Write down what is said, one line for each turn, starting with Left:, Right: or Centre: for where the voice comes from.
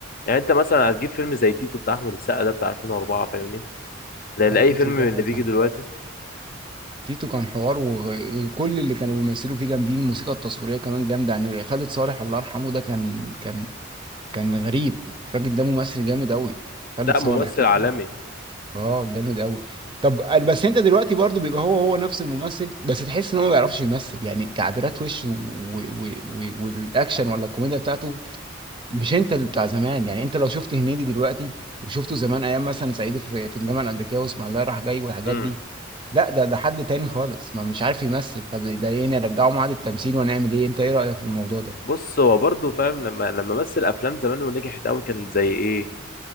Left: يعني انت مثلا هتجيب فيلم زي تيتو بتاع احمد السقا ده بتاع 2004 فاهمني ده
Right: لا
Left: لاي
Right: تيتو
Left: فيلم من
Right: ده
Left: اللي بيجي
Right: كان
Left: دلوقتي
Right: حوار تيتو كان حوار وكل اللي كانوا بيمثلوا فيه جامدين الموسيقى التصويرية كمان جامدة يعني خالد صالح الله يرحمه ده كان كان كان غريب الراجل ده ممثل جامد قوي خالد
Left: لا
Right: صالح
Left: ممثل
Right: فاكره
Left: عالمي
Right: اه جامد قوي طب أنا- بس انت دلوقتي برضو بيبقى هو هو نفس الممثل بس تحس ان هو ما بيعرفش يمثل يعني تعبيرات وشه و... و... و... و... والاكشن ولا الكوميديا بتاعته مش انت اللي بتاع زمان يعني انت لو شفت هنيدي دلوقتي وشفته زمان ايام مثلا صعيدي في, في الجامعه الامريكيه واسمع الله رايح جاي والحاجات
Left: امم
Right: دي لا ده ده حد تاني خالص ما مش عارف يمثل طب ده ايه نرجعه معاد التمثيل ونعمل ايه انت ايه رايك في الموضوع ده
Left: بص هو برضه فاهم لما لما مثل افلام زمان ونجحت قوي كان زي ايه